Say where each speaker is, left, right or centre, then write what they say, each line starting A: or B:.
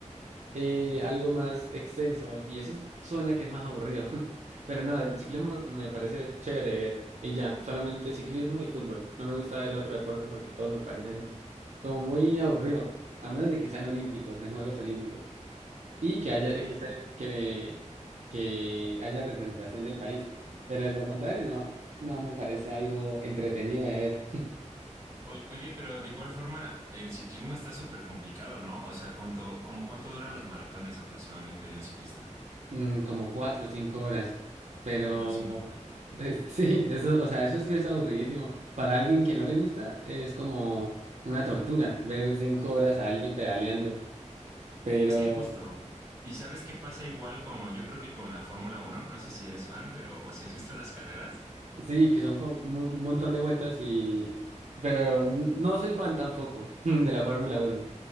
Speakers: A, on the right (about 65°); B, on the right (about 20°).
A: eh, algo más extenso, y eso es- suena que es más aburrido, <laughs> pero no, el ciclismo me parece chévere ver, y ya, solamente ciclismo y fútbol. No me gusta ver otro deporte porque todos me parecen como muy aburrido, a menos de que sean olímpicos, en Juegos Olímpicos y que haya,
B: Mm,
A: que, esté- que, que haya representación del país. Pero de lo contrario, no, no me parece algo entretenido de ver.
B: oy- Oye, pero de igual forma, el ciclismo está súper complicado, ¿no? O sea, ¿cuánto, como cuánto duran los maratones aproximadamente de un ciclista?
A: Mm, como cuatro o cinco horas. Pero
B: Cuatro o cinco horas.
A: es- <laughs> sí, eso, o sea, eso sí es aburridísimo. Para alguien que no le gusta, es como una tortura ver cinco horas a alguien pedaleando. Pero
B: Es que justo. ¿Y sabes qué pasa igual como yo creo que con la Fórmula Uno No sé si eres fan, pero o si has visto las carreras.
A: Sí, que son como mu- un montón de vueltas y... Pero n- no soy fan tampoco <laughs> de la Fórmula uno